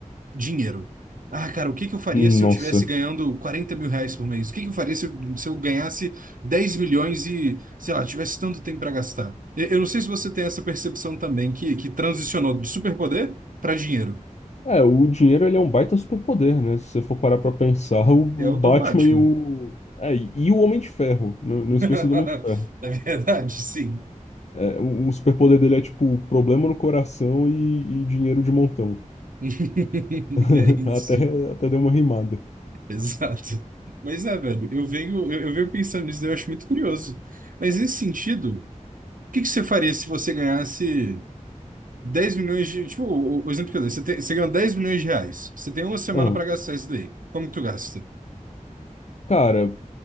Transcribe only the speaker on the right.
Dinheiro. Ah, cara, o que que eu faria
se eu tivesse ganhando quarenta mil reais por mês? O que que eu faria se eu, se eu ganhasse 10 milhões e, sei lá, tivesse tanto tempo para gastar? Eu, eu não sei se você tem essa percepção também, que, que transicionou do superpoder para dinheiro.
É o
do Batman.
<laughs>
Na verdade, sim.
<laughs>
É isso.
Exato. Mas é, velho, eu venho, eu, eu venho pensando nisso, eu acho muito curioso. Mas nesse sentido, o que que você faria se você ganhasse. 10 milhões de. Tipo, o, o exemplo que eu dei, você, tem, você ganha 10 milhões de reais. Você tem uma semana
para gastar isso daí. Como que tu gasta?